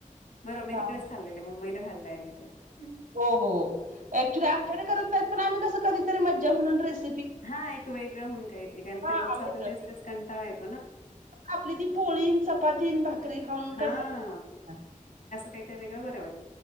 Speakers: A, on the left (about 80°); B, on the right (about 80°).
A: बरं मी
B: हां.
A: तिकडेच खाल्लेलं मुंबईला खाल् <unintelligible>
B: हो हो ऍक्चुली आमच्याकडे करत नाहीत पण आम्ही कस कधी <unintelligible>
A: हा एक वेगळं होन काहीतरी कारण
B: हां,
A: ते रोजच
B: वेगळं.
A: आपल्या दिस तेच कंटाळ येत.
B: आपली ती पोळीन चपातीन भाकरी खाऊन
A: हा
B: कंटाळा
A: <unintelligible>